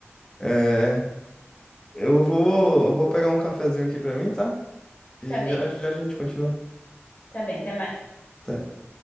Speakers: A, on the left; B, on the left.
A: É. Eu vou, eu vou pegar um cafezinho aqui pra mim, tá? E
B: Tá bem,
A: já, já a gente continua.
B: tá bem, até mais.
A: Até.